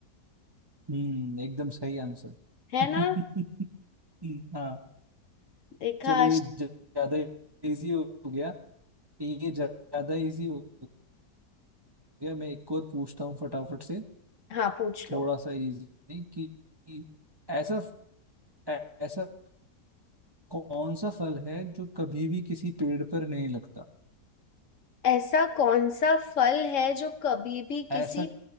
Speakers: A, on the right (about 30°); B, on the left (about 55°).
A: हम्म एकदम सही आंसर
B: है
A: <laughs>
B: ना
A: हाँ
B: देखा
A: चलो ये ज्यादा इजी हो गया ये ज्यादा इजी हो गया मैं एक और पूछता हूँ फटाफट से
B: हाँ पूछ लो
A: थोड़ा सा इजी कि कि ऐसा ऐ- ऐसा कौन सा फल है जो कभी भी किसी पेड़ पर नहीं लगता
B: ऐसा कौन सा फल है जो कभी भी
A: ऐसा
B: किसी